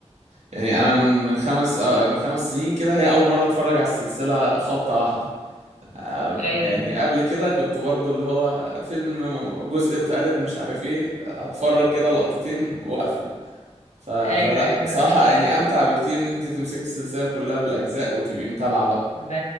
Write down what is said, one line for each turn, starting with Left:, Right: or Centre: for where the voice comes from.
Right: يعني انا من من خمس آه، من خمس سنين كده هي اول مره اتفرج على السلسله خبطه واحده آه،
Left: ايوه
Right: يعني قبل كده كنت برضو اللي هو فيلم جزء اتعرض مش عارف ايه اتفرج كده لقطتين واقفل ف... فلا
Left: ايوه ايوه
Right: بصراحه
Left: فاهمك
Right: يعني امتع بكتير ان انت تمسكي السلسله كلها بالاجزاء وتبقي متابعه بقى
Left: ده